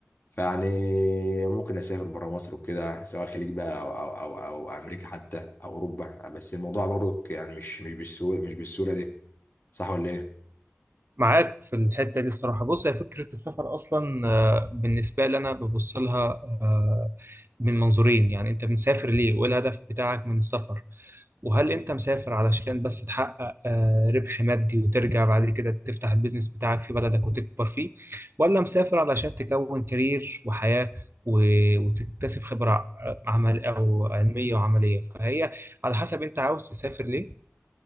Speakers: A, on the left; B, on the right.
A: فيعني ممكن اسافر بره مصر وكده سواء الخليج بقى او او او, أو امريكا حتى او اوروبا بس الموضوع برضه يعني مش مش بالسهوله مش بالسهوله دي صح ولا ايه؟
B: معاك في الحتة دي الصراحة بص هي فكرة السفر أصلا آه، بالنسبة لي أنا ببص لها آه، من منظورين يعني أنت مسافر ليه وإيه الهدف بتاعك من السفر وهل أنت مسافر علشان بس تحقق آه، ربح مادي وترجع بعد كده تفتح البيزنس بتاعك في بلدك وتكبر فيه ولا مسافر علشان تكون كارير وحياة و- وتكتسب خبرة ع- عمل أو علمية وعملية فهي على حسب أنت عاوز تسافر ليه